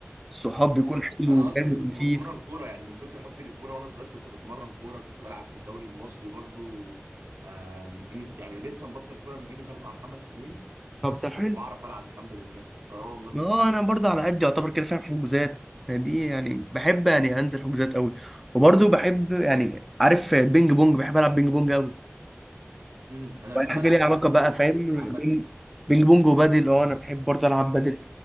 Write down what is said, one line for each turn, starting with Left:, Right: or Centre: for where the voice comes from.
Centre: الصحاب
Right: بالظبط
Centre: بيكون حلو
Right: أنا
Centre: وفاهم
Right: أصلا كنت
Centre: وخفيف
Right: بتمرن كورة يعني من كتر حبي للكورة وأنا صغير كنت بتمرن كورة كنت بلعب في الدوري المصري برضو آه من قيمة يعني لسه مبطل كورة من قيمة أربع خمس سنين
Centre: طب
Right: بس
Centre: ده
Right: كنت
Centre: حلو
Right: بعرف ألعب الحمد لله أه والله
Centre: ما هو أنا برضه على قد يعتبر كده فاهم حجوزات يعني دي يعني بحب يعني أنزل حجوزات قوي وبرضه بحب يعني عارف بينج بونج بحب ألعب بينج بونج قوي
Right: امم أنا
Centre: واي
Right: بحب
Centre: حاجة
Right: ألعب
Centre: ليها
Right: بينج
Centre: علاقة
Right: بونج
Centre: بقى
Right: برضو
Centre: فاهم
Right: وبحب ألعب بدل
Centre: بينج بينج بونج وبادل أه أنا بحب برضه ألعب بادل